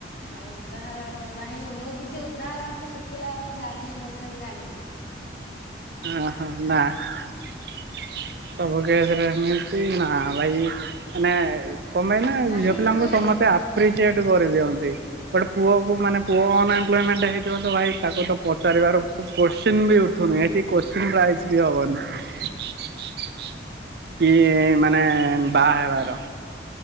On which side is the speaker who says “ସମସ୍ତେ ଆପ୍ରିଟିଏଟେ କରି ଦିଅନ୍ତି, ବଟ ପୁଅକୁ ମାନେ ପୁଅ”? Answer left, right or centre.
Right